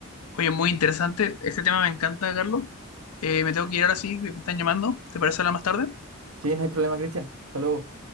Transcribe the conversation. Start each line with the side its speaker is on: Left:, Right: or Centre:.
Left: Oye, muy interesante. Este tema me encanta, Carlos. Eh, me tengo que ir ahora sí, me están llamando. ¿Te parece hablar más tarde?
Right: Sí, no hay problema, Cristian. Hasta luego.